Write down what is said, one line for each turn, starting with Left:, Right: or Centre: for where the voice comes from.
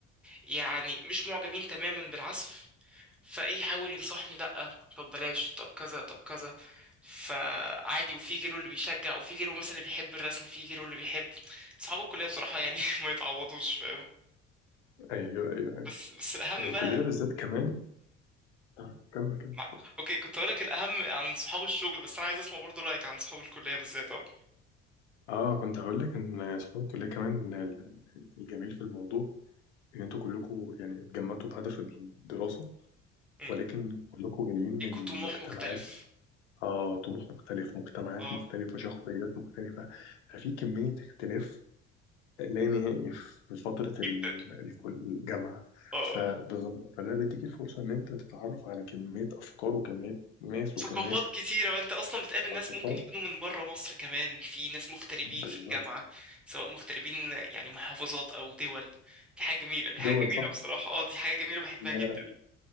Centre: يعني مش معجبين تماما بالعزف فإيه يحاول ينصحني لأ طب بلاش طب كذا طب كذا فعادي وفي غيره اللي بيشجع وفي غيره مثلا اللي بيحب الرسم في غيره اللي بيحب أصحاب الكلية بصراحة يعني <laughs> ما يتعوضوش فاهم
Left: ايوه ايوه ايوه
Centre: بس بس الأهم
Left: هي الكلية
Centre: بقى
Left: بالذات كمان آه، كمل كمل
Centre: مع... اوكي كنت هقول لك الاهم عن صحاب الشغل بس انا عايز اسمع برضو رايك عن صحاب الكليه بالذات اه
Left: اه كنت هقول لك ان صحاب الكلية كمان ال- الجميل في الموضوع ان انتوا كلكم يعني اتجمعتوا بهدف الدراسة
Centre: أمم.
Left: ولكن كلكم جايين من
Centre: ليكوا طموح
Left: مجتمعات
Centre: مختلف
Left: آه طموح مختلف مجتمعات
Centre: اه
Left: مختلفة شخصيات مختلفة ففي كمية اختلاف لا نهائي في فترة ال-
Centre: جدا
Left: الكل- الجامعة
Centre: اه
Left: فبالظبط فده بيديك الفرصة إن أنت تتعرف على كمية أفكار وكمية ناس وكمية
Centre: ثقافات كتيره وانت اصلا بتقابل
Left: ثقافات
Centre: ناس ممكن يكونوا من بره مصر كمان في ناس مغتربين
Left: بالظبط
Centre: في الجامعه سواء مغتربين يعني محافظات او دول دي حاجه جميله دي حاجه
Left: دول
Centre: جميله
Left: صح؟
Centre: بصراحه اه دي حاجه جميله بحبها
Left: لا
Centre: جدا
Left: لا